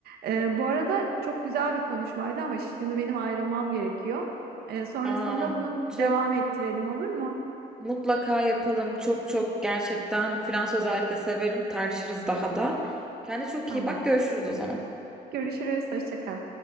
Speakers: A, on the right; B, in the centre.
A: E, bu arada çok güzel bir konuşmaydı ama şimdi benim ayrılmam gerekiyor. E, sonrasında
B: Aa,
A: bunun
B: tüh.
A: devam ettirelim olur mu?
B: Mutlaka yapalım. Çok çok gerçekten Fransız özellikle severim. Tartışırız daha da. Kendine çok
A: Tamam.
B: iyi bak. Görüşürüz o zaman.
A: Görüşürüz. Hoşça kal.